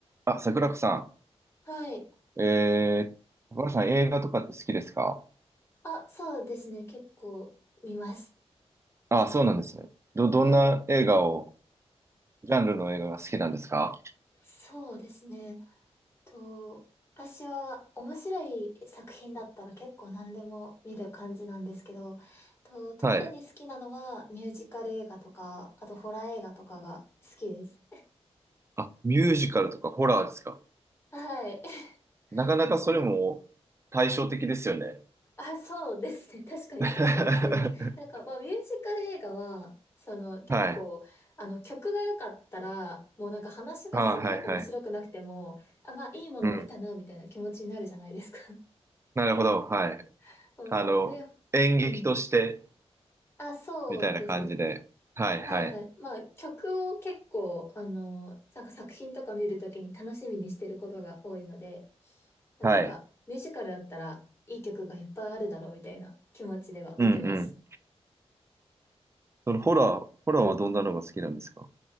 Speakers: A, on the right; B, on the left.
A: あ、桜子さ
B: はい。
A: ん。えー、桜子さん映画とかって好きですか
B: あ、そうですね。結構見ます。
A: あ、そうなんですね。ど、どんな映画を、
B: はい。
A: ジャンルの映画が好きなんですか
B: そうですね。と、私は面白い作品だったら結構何でも見る感じなんですけど、と、特に好きなのはミュージカル映画とか、
A: はい。
B: あとホラー映画とかが好きです。
A: あ、ミュージカルとかホラーですか
B: はい。
A: なかなかそれも対照的ですよね。
B: <laughs> なんかあ、そうですね。<laughs> 確かにそうかもしれない。
A: <laughs> は
B: なんか、まあ、ミュージカル映画は、その、結構、
A: い。
B: あの、曲が良かったら、もうなんか話がすごい面白くなくても、
A: あ、はいはい。
B: あ、まあ、いいものを見たな、
A: うん。
B: みたいな気持ちになるじゃないですか。
A: なるほど。はい。
B: <laughs> そうそう。
A: あの、
B: で、
A: 演劇として、
B: うん。あ、そうですね。
A: みたいな感じで。はいはい。
B: はいはい。まあ、曲を結構、あの、なんか作品とか見るときに楽しみにしてることが多いので、まあなんか、
A: はい。
B: ミュージカルだったら、いい曲がいっぱいあるだろう、みたいな気持ちでは見てます。
A: うんうん。そのホラー、ホラーはどんなのが好きなんですか